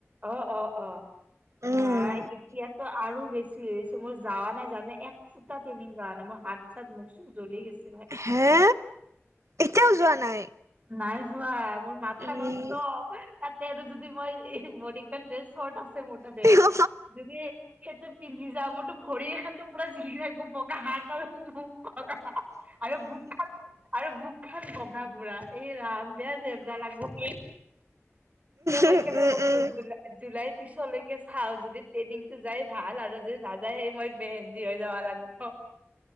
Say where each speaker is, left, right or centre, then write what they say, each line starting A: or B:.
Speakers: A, on the right (about 30°); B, on the right (about 80°).
A: অ অ অ
B: উম
A: ভাই এতিয়াত আৰু বেছি হৈছে। মই যাৱা নাই জানে এক ফুটা টেনিং যাৱা নাই মোৰ হাত চাত মুখ চখ জ্বলি গৈছ-
B: হে এতিয়াও যোৱা নাই।
A: নাই যোৱা মোৰ মাথা
B: ই
A: নষ্ট তাতে আৰু যদি মই বৰিকন যে শট আছে মোৰ তাতে।
B: অ', উম,
A: যদি সেইটো পিন্ধি যাও মোৰ ত ভৰি এখানটো পুৰা জিলিকি থাকিব পকা হাত তাল মোক <unintelligible> আৰু বুক খান আৰু বুক খান বগা বুঢ়া এই ৰাম বেয়া যে <unintelligible> মই
B: উম,
A: কেনে
B: উম,
A: কৈছো জুলা- জুলাইৰ পিছলৈকে চাও যদি ট্ৰেইনিং টো যাই ভাল আৰু যে নাযায় সেই মই বেহেনজি হৈ যাব লাগ- অ